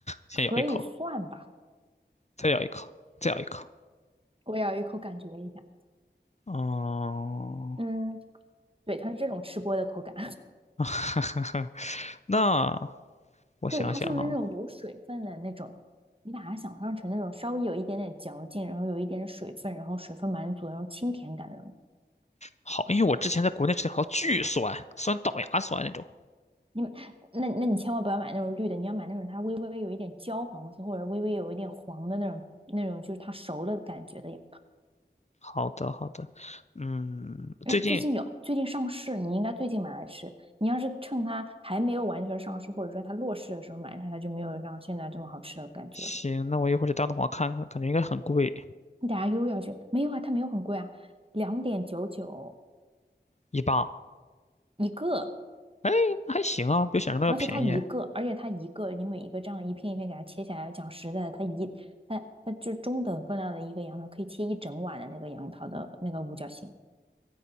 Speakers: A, on the left (about 40°); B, on the right (about 30°).
A: 先咬一口，
B: 可以算吧，
A: 再咬一口，再咬一口。
B: 我咬一口感觉一下。
A: 嗯，
B: 嗯，对，它是这种吃播的口感，
A: <laughs> 那
B: <laughs>
A: 我想想哈、
B: 对，它就是那种有水分的那种。你把它想象成那种稍微有一点点嚼劲，然后有一点水分，然后水分满足，然后清甜感的。那种。
A: 好，因为我之前在国内吃的好巨酸，酸倒牙酸那种。
B: 你那那你千万不要买那种绿的，你要买那种它微微有一点焦黄色，或者微微有一点黄的那种那种，就是它熟了的感觉的呀。
A: 好的，好的，嗯，
B: 哎，
A: 最近
B: 最近有，最近上市，你应该最近买来吃。你要是趁它还没有完全上市，或者说它落市的时候买它，它就没有像现在这么好吃的感觉了。
A: 行，那我一会儿去大东华看看，感觉应该很贵，
B: 你等下又要去，没有啊，它没有很贵啊，两点九九
A: 一磅。
B: 一个，
A: 哎，还行啊，比我想象的要便宜。
B: 而且它一个，而且它一个，你每一个这样一片一片给它切下来，讲实在的，它一它它就中等分量的一个杨桃，可以切一整碗的那个杨桃的那个五角星，